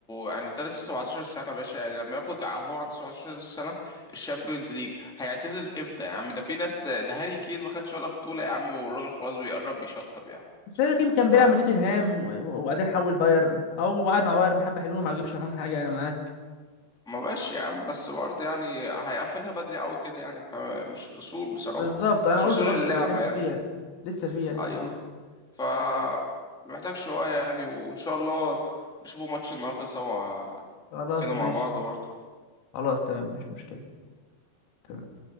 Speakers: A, in the centre; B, on the left.
A: يعني ده لسه 17 سنة يا باشا يعني لما ياخد هو عنده 17 سنة الشامبيونز ليج هيعتزل امتى يا عم ده في ناس ده هاري كين ما خدش ولا بطولة يا عم والراجل خلاص بيقرب بيشطب يعني
B: بس هاري كين كان بيلعب
A: فما
B: مع توتنهام و- و- وبعدين حول بايرن او قاعد مع بايرن حبه حلوين ما جابش معاهم حاجه انا معاك
A: بقاش يا عم بس برضه يعني هيقفلها بدري قوي كده يعني فمش اصول بصراحة
B: بالظبط انا
A: مش
B: قلت
A: اصول
B: برضو
A: اللعبة
B: لسه
A: يعني
B: فيها لسه فيها لسه
A: ايوه
B: فيها
A: ف محتاج شوية يعني وان شاء الله نشوفوا ماتش النهاردة سوا
B: خلاص
A: كده مع
B: ماشي
A: بعض برضه
B: خلاص تمام مفيش مشكلة تمام